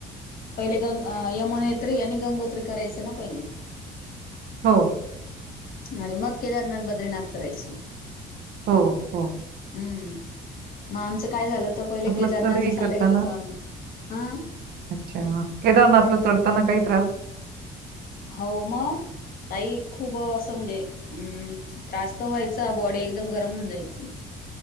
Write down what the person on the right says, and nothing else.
हो
हो हो
चढाई
करताना
अच्छा केदारनाथला चढताना काही त्रास